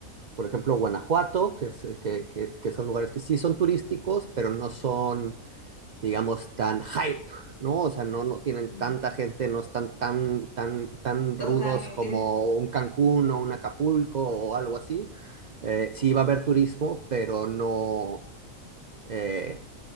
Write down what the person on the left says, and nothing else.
Mm.
O sea,
es,